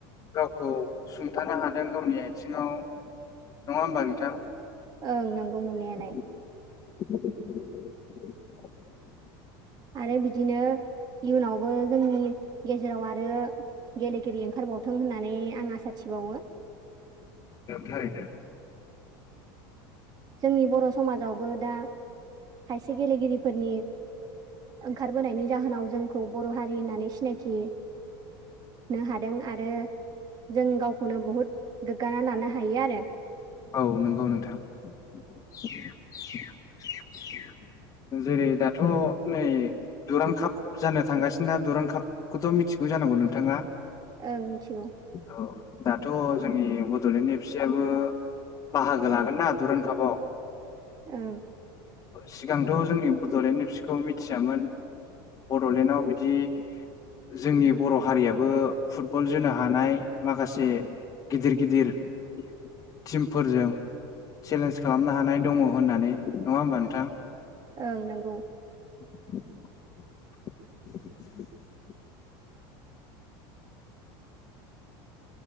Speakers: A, on the left; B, on the right.
A: गावखौ सुंथानो हादों गावनि आथिङाव नङा होमबा नोंथां?
B: ओं नंगौ
A: <inaudible>
B: नंनायालाय आरो बिदिनो इयुनावबो जोंनि गेजेराव आरो आरो गेलेगिरि ओंखारबावथों होननानै आं आसा थिबावो
A: थारैनो
B: जोंनि बर' समाजावबो दा खायसे गेलेगिरिफोरनि ओंखारबोनायनि जाहोनाव जोंखौ बर' हारि होननानै सिनायथि नो हादों आरो जों गावखौनो बहुद गोग्गाना लानो हायो आरो।
A: औ नंगौ नोंथां <inaudible> जेरै दाथ' नै दुरां काप जानो थांगासिनो दा दुरां कापखौथ' मिथिगौ। जानांगौ नोंथाङा
B: ओं मिथिगौ
A: औ दाथ' जोंनि बड'लेण्ड एबसुयाबो बाहागो लागोनना दुरुं कापाव
B: औ
A: सिगांथ' जोंनि बड'लेण्ड एबसुखौ मिथियामोन। बड'लेण्डआव बिदि जोंनि बर' हारियाबो फुटबल जोनो हानाय माखासे गिदिर गिदिर <inaudible> टिमफोरजों चेलेन्ज खालामनो हानाय दङ होननानै नङा होमबा नोंथां?
B: ओं नंगौ
A: <inaudible> <inaudible>